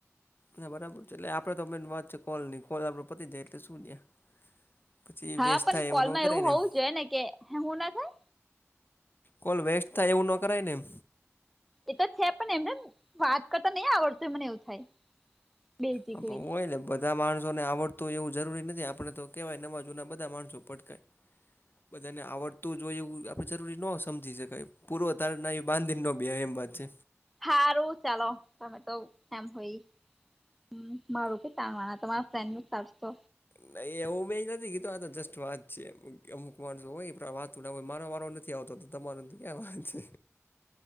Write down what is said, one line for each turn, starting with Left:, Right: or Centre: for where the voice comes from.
Left: ના, બરાબર છે એટલે આપડે તો મેન વાત છે કોલની કોલ આપડો પતી જાય એટલે શું ન્યા. પછી
Centre: હા,
Left: વેસ્ટ
Centre: પણ
Left: થાય
Centre: કોલમાં
Left: ન કરાય
Centre: એવું
Left: ને
Centre: હોવું
Left: એમ
Centre: જોઈએ ને કે, હે હું ના થાય.
Left: કોલ વેસ્ટ થાય એવું નો કરાય ને એમ
Centre: એ તો છે પણ એમ ને એમ વાત કરતા નઈ આવડશે મને એવું થાય. બેઝિકલી
Left: હ પ હુ હોય ને બધ ધા માણસોને આવડતું‌ હોય એવું જરૂરી નથી, આપણે તો કહેવાય નવા જૂના બધા માણસો પટકાય. બધાને આવડતું જ ઓય એવું આપડે જરૂરી નો સમજી શકાય પૂર્વ તારણાએ બાંધીન નો બે એમ વાત છે.
Centre: હારું, ચાલો તમે તો એમ હોય હ, મારું ભી કામ આવે તામારા ફ્રેન્ડનું કરશો
Left: નઈ એવું મે નથી કીધું આ જસ્ટ વાત છે, અમુક વર્ડ્સ હોય વાતછૈ. થોડા ઓય મારો વારો નથી આવતો તો તમારો તો ક્યાં વાત છે.